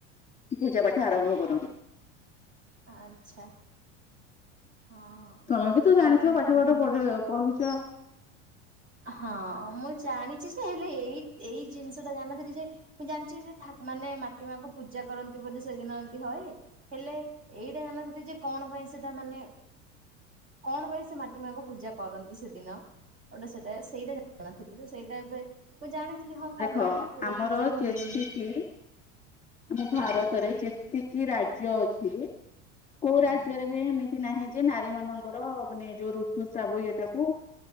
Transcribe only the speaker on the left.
ପୂଜା ପାଠ ଆରମ୍ଭ କରନ୍ନ୍ତି।
ତମେ ବି ତ ଜାଣିଥିବ
ପାଠ
ପାଠ ପଢୁଛ
ଦେଖ
ଆମର
କେତିକି ଆମ ଭାରତରେ
ଯେତିକି ରାଜ୍ୟ ଅଛି କୋଉ ରାଜ୍ୟରେ
ବି ଏମିତି ନାହିଁ ଯେ ନାରୀ ମାନଙ୍କର ମାନେ ଯୋଉ ଋତୁସ୍ରାବ ଏଇଟାକୁ